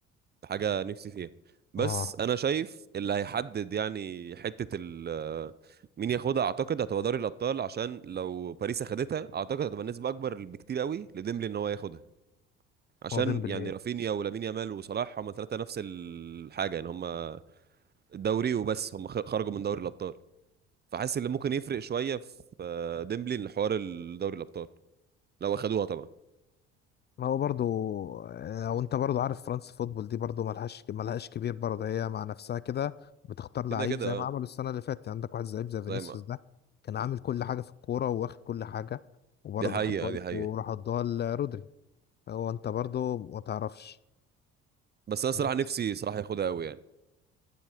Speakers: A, on the right; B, on the left.
A: حاجة نفسي فيها بس
B: اه
A: انا شايف اللي هيحدد يعني حتة ال مين ياخدها اعتقد هتبقى دوري الابطال عشان لو باريس اخدتها اعتقد هتبقى نسبة اكبر بكتير قوي لديمبلي ان هو ياخدها عشان
B: هو ديمبلي
A: يعني رافينيا ولامين يامال وصلاح هما ثلاثة نفس الحاجة يعني هما الدوري وبس هما خ- خرجوا من دوري الابطال فحاسس اللي ممكن يفرق شوية في آه، ديمبلي ان حوار الدوري الابطال لو اخدوها طبعا
B: ما هو برضو آه، وانت برضو عارف فرنسا فوتبول دي برضو ملهاش ملهاش كبير برضو هي مع نفسها كده بتختار لعيب
A: كده كده
B: زي ما
A: آه،
B: عملوا السنة اللي فاتت يعني عندك واحد لعيب زي
A: زي
B: فينيسيوس
A: ما
B: ده كان عامل كل حاجة في الكورة وواخد كل حاجة وبرضو
A: دي حقيقة
B: راح ادوها
A: دي
B: لك-
A: حقيقة
B: وراح ادوها لرودري هو انت برضو ما تعرفش
A: بس انا صراحة
B: بس
A: نفسي صراحة ياخدها قوي يعني